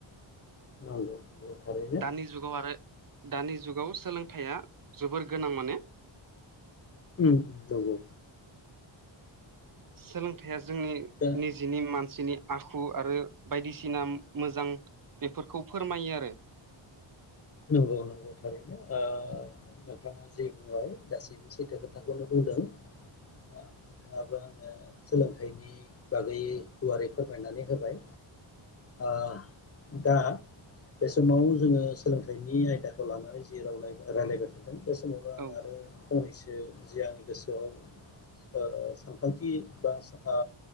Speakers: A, on the left; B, on the right.
A: नंगौ नंगौ थारैनो
B: दानि जुगाव आरो दानि जुगाव सोलोंथाइया जोबोर गोनां माने
A: उम नंगौ
B: सोलोंथाइया जोंनि
A: दा
B: निजेनि मान सिनि आखु आरो बायदिसिना मोजां बेफोरखौ फोरमायो आरो <inaudible>
A: नंगौ नंगौ थारैनो ओ नोंथांङा जे बुंबाय गासैबो सैथो खोथाखौनो बुंदों। नोंथाङाबो आंनो सोलोंथाइनि बागै गुवारै फोरमायनानै होबाय आ दा बे समाव जोंङो सोलोंथाइनि आयदाखौ लानानै जि राव लाय रायलायबोदों बे समावनो आं
B: औ
A: आरो फंनैसो जि आंनि गोसोआव ओ सानखां दि एबा ओ